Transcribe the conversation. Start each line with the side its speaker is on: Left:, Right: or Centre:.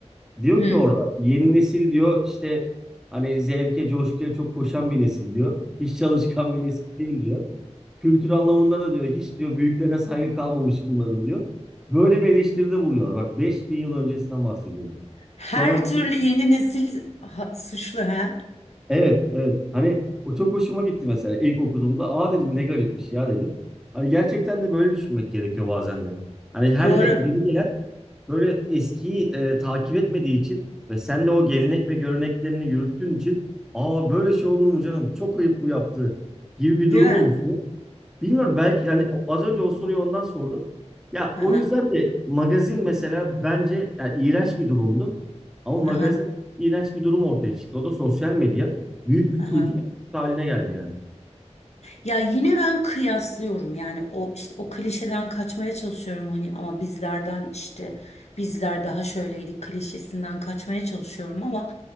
Centre: Diyor
Left: hı.
Centre: ki orada yeni nesil diyor işte hani zevke, coşkuya çok koşan bir nesil diyor. Hiç çalışkan bir nesil değil diyor. Kültür anlamında da diyor hiç diyor büyüklerine saygı kalmamış bunların diyor. Böyle bir eleştiride buluyor. Bak 5000 yıl öncesinden bahsediyorum.
Left: Her
Centre: Şu an aslında
Left: türlü yeni nesil ha- suçlu ha?
Centre: evet evet hani o çok hoşuma gitti mesela ilk okuduğumda aa dedim ne garipmiş ya dedim. Hani gerçekten de böyle düşünmek gerekiyor bazen de. Hani her
Left: Doğru,
Centre: ge- yeni gelen böyle eskiyi e, takip etmediği için ve sen de o gelenek ve göreneklerini yürüttüğün için aa böyle şey olur mu canım çok ayıp bu yaptığı gibi bir
Left: değil
Centre: durum
Left: mi?
Centre: oluşuyor. Bilmiyorum belki yani o- az önce o soruyu ondan sordum. Ya
Left: Aha,
Centre: o yüzden de magazin mesela bence yani iğrenç bir durumdu. Ama magazin
Left: aha,
Centre: iğrenç bir durum ortaya çıktı. O da sosyal medya. Büyük bir
Left: aha.
Centre: kültür haline geldi yani.
Left: Ya yine ben kıyaslıyorum yani o işte o klişeden kaçmaya çalışıyorum hani ama bizlerden işte bizler daha şöyleydik klişesinden kaçmaya çalışıyorum ama